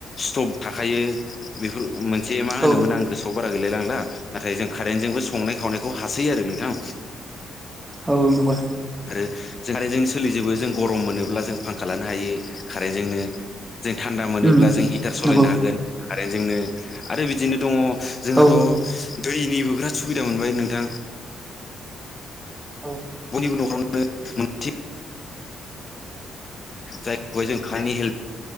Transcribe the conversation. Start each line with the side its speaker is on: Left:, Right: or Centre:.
Left: स्टब थाखायो बेफोर मोनसे मा होनोमोन
Right: औ
Left: आं गोसोआव बारा गैलायलांला नाथाय जों कारेन्टजोंबो संनाय खावनायखौ हासै आरो नोंथां
Right: औ नगौ
Left: आरो जों कारेन्टजोंनो सोलिजोबो जों गरम मोनोब्ला जों फांखा लानो हायो खारेन्टजोंोनो जों थान्दा मोनोब्ला
Right: उम
Left: जों हिटार सालायनो
Right: नंगौ
Left: हागोन कारेन्टजोंनो आरो बिदिनो दङ जोंहाथ'
Right: औ
Left: दैनिबो बिराद सुबिदा मोनबाय नोंथां
Right: औ
Left: बयनिबो न'खरावनो मोनसे जायखौहाय जों खानि हेल्प